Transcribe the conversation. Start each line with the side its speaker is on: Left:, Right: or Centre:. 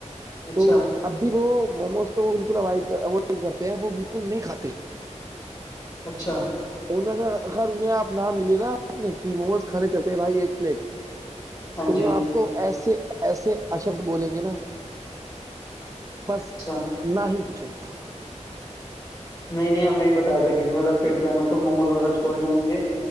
Left: اچھا
Right: تو- اب بھی وہ موموز تو وہ بالکلو اوائڈ کرتے ہیں وہ بالکل نہیں کھاتے-
Left: اچھا-
Right: ان اگر اگر انہیں آپ نہ ملے نا آپ نے کہ موموز کھانے چلتے ہیں بھائی ایک پلیٹ-
Left: ہاں
Right: تو
Left: جی
Right: وہ آپ کو ایسے- ایسے اشبد بولیں گے نا- بس
Left: اچھا
Right: نہ ہی پوچھے-
Left: نہیں نہیں ہمیں بھی بتایا تھا کسی نے اگر فٹ رہا تو موموز وغیرہ چھول نہیںےائئ گے-